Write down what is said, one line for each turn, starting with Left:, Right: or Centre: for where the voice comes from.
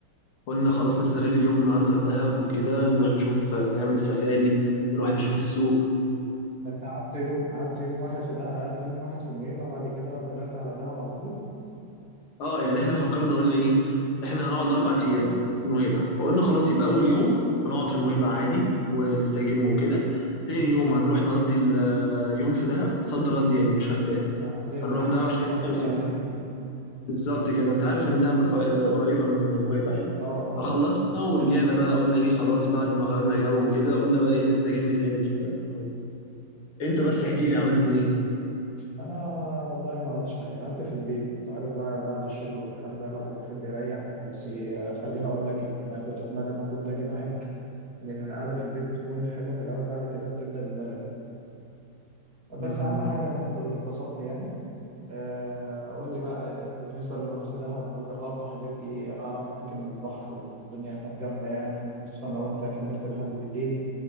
Left: قلنا خلاص نستغل اليوم النهاردة في دهب وكده نروح نشوف آه، نعمل سفاري نروح نشوف السوق
Right: ده أنت قعدت يوم قعدت يوم واحد في دهب قعدت يوم واحد في نويبع بعد كده طلعت على دهب على طول؟
Left: اه يعني احنا فكرنا قلنا ايه
Right: مم.
Left: احنا هنقعد اربع ايام في نويبع فقلنا خلاص يبقى اول يوم هنقعد في نويبع عادي ونستجم وكده تاني
Right: مم.
Left: يوم هنروح نقضي اليوم في دهب صد رد يعني
Right: مم.
Left: مش هنبات
Right: آه زي
Left: هنروح
Right: دي يوز
Left: دهب عشان
Right: كده ونرجع
Left: تعرف ان
Right: تاني مم.
Left: بالظبط كده انت عارف ان دهب رفا- آه، قريبه من نويبع يعني
Right: آه
Left: فخلصنا ورجعنا بقى قلنا ايه خلاص بعد ما غيرنا جو كده قلنا بقى ايه نستجم تاني في نويبع انت بس احكي لي عملت ايه
Right: انا والله ما عملتش حاجه قعدت في البيت انت عارف بقى بعد الشغل والكلام ده الواحد بيحب يريح بس آه، خليني اقول لك يعني انا كنت اتمنى ان انا كنت اجي معاك لان القعده في البيت بتكون حلوه في الاول بعد كده بتبدا بملل بس
Left: مم.
Right: اهم حاجه انك ت- اتبسطت يعني آه، قول لي بقى بالنسبه لما رحت دهب جربت حاجات ايه انا اعرف هناك ان البحر والدنيا هناك جامده يعني خصوصا لو انت كملت لحد بالليل